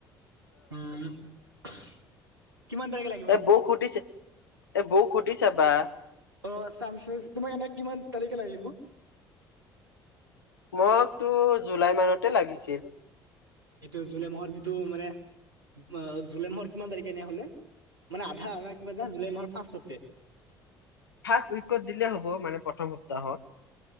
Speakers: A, on the right; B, on the left.
A: <unintelligible> কিমান তাৰিখে লাগ
B: এ বৌক সুধিছে, এ বৌক সুধি চাবা।
A: অ' <unintelligible> তোমাক এনে কিমান তাৰিখে লাগিব?
B: মকটো জুলাই মানতে লাগিছিল।
A: এইটো জুলাই মাহৰ যিটো মানে অ' জুলাই মাহৰ কিমান তাৰিখে এনেহলে মানে আধা মানে কিবা এটা জুলাই মাহৰ ফাষ্টতে।
B: ফাষ্ট উইকত দিলে হ'ব মানে প্ৰথম সপ্তাহত।